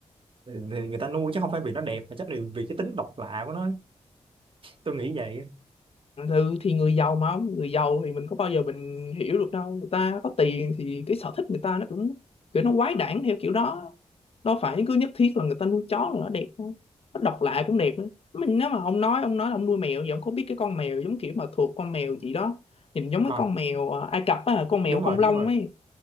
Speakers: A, on the right; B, on the left.
A: thì, thì người ta nuôi chứ không phải vì nó đẹp mà chắc là vì cái tính độc lạ của nó tôi nghĩ vậy
B: ừ, thì người giàu mà ông người giàu thì mình có bao giờ mình hiểu được đâu người ta có tiền thì cái sở thích người ta nó cũng kiểu nó quái đản theo kiểu đó đâu phải cứ nhất thiết là người ta nuôi chó là nó đẹp đâu. nó độc lạ cũng đẹp nữa. mình nếu mà ông nói ông nói là ông nuôi mèo vậy ông có biết cái con mèo giống kiểu mà thuộc con mèo gì đó nhìn giống cái
A: à,
B: con mèo à, Ai Cập á con mèo
A: đúng rồi
B: không
A: đúng
B: lông
A: rồi
B: ấy